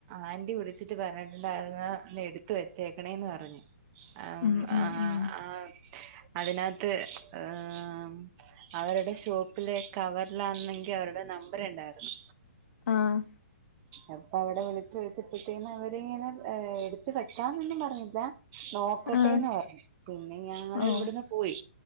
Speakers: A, on the right (about 30°); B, on the left (about 65°).
A: ആന്റി വിളിച്ചിട്ട് പറഞ്ഞിട്ടുണ്ടായിരുന്നു ഒന്നെ എടു ത്ത് വച്ചേക്കണേന്ന് പറഞ്ഞു അം
B: ഉം ഉം
A: ആ
B: ഉം
A: ആ അതിനകത്ത് ഹ് അവരുടെ ഷോപ്പിലെ കവറിലാന്നെങ്കി അവരുടെ നമ്പർ ണ്ടായിരുന്ന്
B: ആഹ്
A: അപ്പൊ അവടെ വിളിച്ചു ചോച്ചപ്പത്തേനും അവരിങ്ങനെ എടുത്ത് വെക്കാന്നൊന്നും പറഞ്ഞില്ല നോക്കട്ടേന്ന്
B: ആഹ്
A: പർഞ്ഞു പിന്നെ ഞങ്ങളിവിടുന്ന്
B: ഓ
A: പോയി.